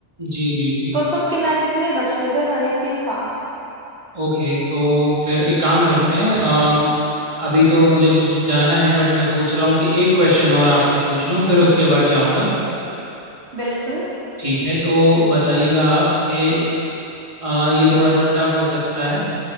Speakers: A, on the right; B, on the right.
A: जी जी जी
B: तो सबके नेट इतने बचते थे हर एक चीज था
A: ओके तो फिर एक काम करते हैं अम, अभी तो मुझे कुछ जाना है बट मैं सोच रहा हूँ कि एक क्वेश्चन और आपसे पूछ लूँ फिर उसके बाद जाऊँगा
B: बिल्कुल
A: ठीक है तो बताइएगा आप कि अ, ये थोड़ा सा टफ हो सकता है